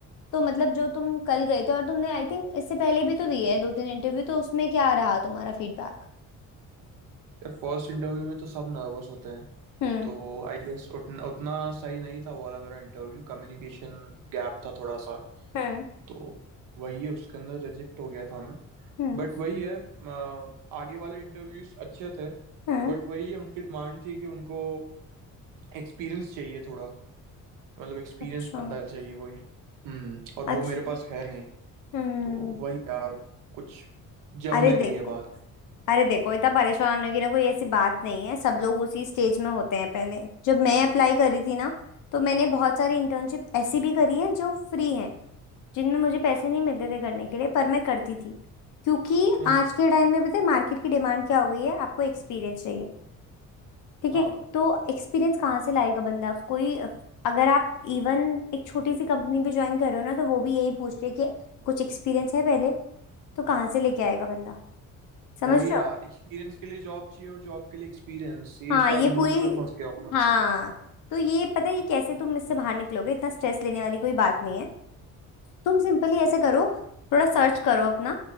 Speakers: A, on the left; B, on the right.
A: तो मतलब जो तुम कल गए थे और तुमने आई थिंक इससे पहले भी तो दिए है दो तीन इंटरव्यू तो उसमें क्या रहा तुम्हारा फीडबैक
B: यार फर्स्ट इंटरव्यू में तो सब नर्वस होते हैं
A: हम्म
B: तो आई गेस उतना उतना सही नहीं था वो वाला मेरा इंटरव्यू कम्युनिकेशन गैप था थोड़ा सा
A: हम्म
B: तो वही है उसके अंदर रिजेक्ट हो गया था मैं
A: हम्म
B: बट वही है अ, आगे वाले इंटरव्यूज अच्छे थे
A: हम्म
B: बट वही है उनकी डिमांड थी कि उनको एक्सपीरियंस चाहिए थोड़ा मतलब एक्सपीरियंस
A: अच्छा
B: बंदा चाहिए कोई हम्म और
A: अच्छा
B: वो मेरे पास है नहीं
A: हम्म
B: तो वही यार कुछ जम
A: अरे
B: नहीं
A: देखो
B: रही है बात
A: अरे देखो इतना परेशान होने की ना कोई ऐसी बात नहीं है सब लोग उसी स्टेज में होते हैं पहले जब मैं अप्लाई करी थी ना तो मैंने बहुत सारी इंटर्नशिप ऐसी भी करी है जो फ्री है जिनमें मुझे पैसे नहीं मिलते थे करने के लिए पर मैं करती थी क्योंकि
B: हम्म।
A: आज के टाइम में पता है मार्केट की डिमांड क्या हो गई है आपको एक्सपीरियंस चाहिए ठीक
B: हाँ
A: है तो एक्सपीरियंस कहाँ से लाएगा बंदा कोई अगर आप इवन एक छोटी सी कंपनी भी ज्वाइन कर रहे हो ना तो वो भी यही पूछ रही है कि कुछ एक्सपीरियंस है पहले तो कहाँ से लेके आएगा बंदा समझ
B: वही
A: रहे
B: यार
A: हो
B: एक्सपीरियंस के लिए जॉब चाहिए और जॉब के लिए एक्सपीरियंस ये
A: हाँ
B: शायद
A: ये
B: लूप
A: पूरी
B: में फंस गया हूँ मैं
A: हाँ तो ये पता है ये कैसे तुम इससे बाहर निकलोगे इतना स्ट्रेस लेने वाली कोई बात नहीं है तुम सिंपली ऐसे करो थोड़ा सर्च करो अपना